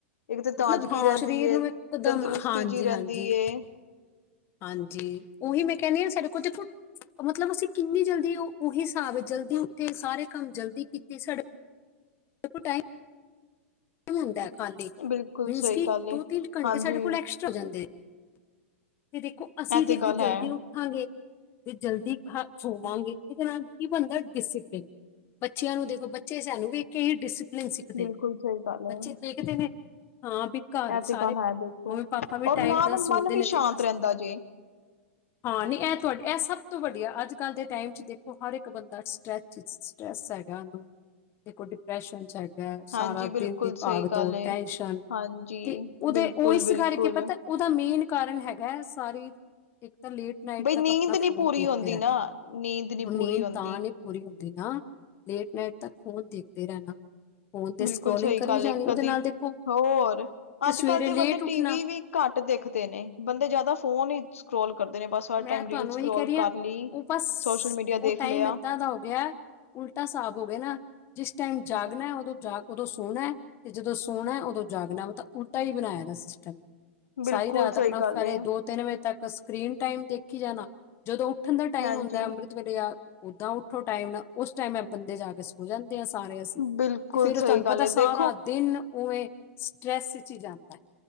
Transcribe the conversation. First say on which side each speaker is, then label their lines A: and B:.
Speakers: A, on the left; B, on the left.
A: ਇੱਕ ਤਾਂ ਤਾਜ਼ਗੀ
B: ਮਤਲਬ ਹਾਂ
A: ਰਹਿੰਦੀ
B: ਸਰੀਰ
A: ਏ।
B: ਨੂੰ ਇੱਕਦਮ
A: ਤੰਦਰੁਸਤੀ
B: ਹਾਂਜੀ
A: ਜਿਹੀ ਰਹਿੰਦੀ
B: ਹਾਂਜੀ
A: ਏ।
B: ਹਾਂਜੀ ਉਹੀ ਮੈਂ ਕਹਿੰਨੀ ਹਾਂ ਸਾਡੇ ਕੋਲ ਦੇਖੋ ਮਤਲਬ ਅਸੀਂ ਕਿੰਨੀ ਜਲਦੀ ਉਹ ਉਹੀ ਹਿਸਾਬ ਜਲਦੀ ਉੱਥੇ ਸਾਰੇ ਕੰਮ ਜਲਦੀ ਕੀਤੇ ਸਾਡੇ <unintelligible> ਟਾਈਮ ਮ ਹੁੰਦਾ ਖਾਲੀ
A: ਬਿਲਕੁਲ
B: ਮੀਨਸ
A: ਸਹੀ
B: ਕਿ
A: ਗੱਲ
B: ਦੋ
A: ਏ
B: ਤਿੰਨ ਘੰਟੇ
A: ਹਾਂਜੀ
B: ਸਾਡੇ ਕੋਲ ਐਕਸਟਰਾ ਜਾਂਦ ਤੇ ਦੇਖੋ ਅਸੀਂ
A: ਇਹ
B: ਦੇਖੋ
A: ਤੇ ਗੱਲ ਹੈ
B: ਜਲਦੀ ਉੱਠਾਂਗੇ ਤੇ ਜਲਦੀ ਹਾਂ ਸੋਵਾਂਗੇ ਇਹਦੇ ਨਾਲ ਇਹ ਬਣਦਾ ਡਿਸਿਪਲਿਨ ਬੱਚਿਆਂ ਨੂੰ ਦੇਖੋ ਬ ਚੇ ਸਾਨੂੰ ਵੇਖ ਕੇ ਈ ਡਿਸਪਲਿਨ ਸਿੱਖਦੇ
A: ਬਿਲਕੁਲ
B: ਨੇ,
A: ਸਹੀ ਗੱਲ ਹੈ
B: ਬੱਚੇ ਦੇਖਦੇ ਨੇ ਹਾਂ ਵੀ ਘਰ
A: ਇਹ
B: ਸਾਰੇ
A: ਤੇ ਗੱਲ ਹੈ ਦੇਖੋ
B: ਮੰਮੀ ਪਾਪਾ ਵੀ
A: ਔਰ
B: ਟਾਈਮ
A: ਨਾਲ
B: ਸੌਦੇ
A: ਮਨ ਵੀ
B: ਨੇ
A: ਸ਼ਾਂਤ
B: ਤੇ ਅਸ
A: ਰਹਿੰਦਾ ਜੇ।
B: ਹਾਂ ਨਈ ਇਹ ਤੁਹਾਡੇ ਇਹ ਸਭ ਤੋਂ ਵੱਡਆ ਅੱਜ ਕੱਲ੍ਹ ਦੇ ਟਾਈਮ ਚ ਦੇਖੋ ਹਰ ਇੱਕ ਬੰਦਾ ਸਟਰ੍ਰੈ ਸਟਰ੍ਰੈਸ ਹੈਗਾ ਉਹਨੂੰ ਦੇ ਕੋਈ ਡਿਪਰੈਸ਼ਨ ਚ ਹੈ। ਲ ਸਾਰਾ
A: ਹਾਂਜੀ, ਬਿਲਕੁਲ
B: ਦਿਨ ਦੀ
A: ਸਹੀ
B: ਭਾਗ
A: ਗੱਲ
B: ਤੋੜ
A: ਏ।
B: ਟੈਨਸ਼ਨ
A: ਹਾਂਜੀ,
B: ਤੇ ਉਹਦੇ
A: ਬਿਲਕੁਲ-ਬਿਲਕੁਲ।
B: ਉਹ ਇਸ ਕਰਕੇ ਪਤਾ ਉਹਦਾ ਮੇਨ ਕਾਰਨ ਹੈਗਾ ਸਾਰੀ ਇੱਕ ਤਾਂ ਲੇਟ ਨਾਈਟ
A: ਬਈ
B: ਤੱਕ
A: ਨੀਂਦ
B: ਆਪਣਾ ਫੋਨ
A: ਨੀ ਪੂਰੀ
B: ਦੇਖਦੇ
A: ਹੁੰਦੀ
B: ਰਹਿਣਾ,
A: ਨਾ, ਨੀਂਦ ਨੀ
B: ਉਹ ਨੀਂਦ
A: ਪੂਰੀ ਹੁੰਦੀ।
B: ਤਾਂ ਨੀ ਪੂਰੀ ਹੁੰਦੀ ਨਾ, ਲੇਟ ਨਾਈਟ ਤੱਕ ਫੋਨ ਦੇਖਦੇ ਰਹਿਣਾ
A: <inaudible>
B: ਫੋਨ ਤੇ
A: ਬਿਲਕੁਲ
B: ਸਕਰੋਲਿੰਗ
A: ਸਹੀ
B: ਕਰੀ
A: ਗੱਲ
B: ਜਾਣੀ
A: ਏ ਕਦੀ
B: ਉਹਦੇ ਨਾਲ ਦੇਖੋ
A: ਹੋਰ ਅੱਜ
B: ਸਵੇਰੇ
A: ਕੱਲ ਤੇ
B: ਲੇਟ
A: ਬੰਦਾ
B: ਉੱਠਣਾ
A: ਟੀ ਵੀ ਵੀ ਘੱਟ ਦੇਖਦੇ ਨੇ ਬੰਦੇ ਜਿਆਦਾ ਫੋਨ ਚ ਸਕੋਲ ਕਰਦੇ ਨੇ ਬਸ ਹਰ
B: ਮੈਂ
A: ਟਾਈਮ ਰੀਲ
B: ਤੁਹਾਨੂੰ
A: ਸਕਰੋਲ
B: ਇਹੀ ਕਹਿ ਰਹੀ
A: ਕਰ
B: ਹਾਂ
A: ਲਈ
B: ਉਹ ਬਸ
A: ਸੋਸ਼ਲ ਮੀਡੀਆ
B: ਉਹ
A: ਦੇਖ
B: ਟਾਈਮ
A: ਲਿਆ।
B: ਏਦਾਂ ਦਾ ਹੋ ਗਿਆ ਉਲਟਾ ਸਾਬ ਹੋ ਗਿਆ ਨਾ ਜਿਸ ਟਾਈਮ ਜਾਗਨਾ ਉਦੋਂ ਜਾ ਉਦੋਂ ਸੋਣਾ ਤੇ ਜਦੋਂ ਸੋਣਾ ਉਦੋਂ ਜਾਗਨਾ ਮਤ ਤਾਂ ਉਲਟਾ ਹੀ ਬਣਾਇਆ ਦਾ ਸਿਸਟਮ
A: ਬਿਲਕੁਲ
B: ਸਾਰੀ ਰਾਤ ਆਪਣਾ
A: ਸਹੀ ਗੱਲ
B: ਸਵੇਰੇ
A: ਏ,
B: ਦੋ ਤਿੰਨ ਵਜੇ ਤੱਕ ਸਕਰੀਨ ਟਾਈਮ ਦੇਖੀ ਜਾਣਾ ਜਦੋਂ ਉੱਠਣ ਦਾ ਟਾਈਮ
A: ਹਾਂਜੀ।
B: ਹੁੰਦਾ ਅੰਮ੍ਰਿਤ ਤ ਵੇਲੇ ਆ ਓਦਾਂ ਉੱਠੋ ਟਾਈਮ ਨਾਲ, ਉਸ ਟਾਈਮ ਆ ਬੰਦੇ ਜਾ ਕੇ ਸੋ ਸੋ ਜਾਂਦੇ ਆ ਸਾਰੇ ਅਸੀਂ,
A: ਬਿਲਕੁਲ
B: ਤੇ ਫੇਰ
A: ਸਹੀ
B: ਤੁਹਾਨੂੰ
A: ਗੱਲ
B: ਪਤਾ
A: ਏ,
B: ਸਾਰਾ
A: ਦੇਖੋ
B: ਦਿਨ ਉਵੇ ਸਟਰ੍ਰੈਸ ਚ ਹੀ ਜਾਂਦਾ।